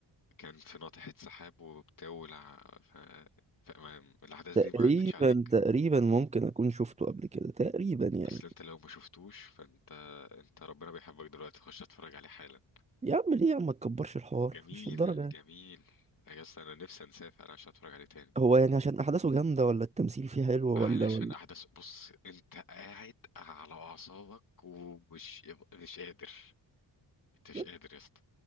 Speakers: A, on the left; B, on the right.
A: كان في ناطحة سحاب وبتاع ولع ف... فما الأحداث
B: تقريبا
A: دي ما عدتش عليك
B: تقريبا ممكن اكون شفته قبل كده تقريبا يعني
A: أصل أنت لو ما شفتوش فأنت أنت ربنا بيحبك دلوقتي خش اتفرج عليه حالا
B: يا عم ليه يا عم ما تكبرش الحوار
A: جميل
B: مش للدرجه يعني
A: جميل يا اسطى أنا نفسي أنساه فعلا عشان أتفرج عليه تاني
B: هو يعني عشان احداثه جامده ولا التمثيل فيه حلو
A: علشان
B: ولا ولا
A: أحداث بص أنت قاعد على أعصابك ومش مش قادر أنت مش
B: يا
A: قادر يا اسطى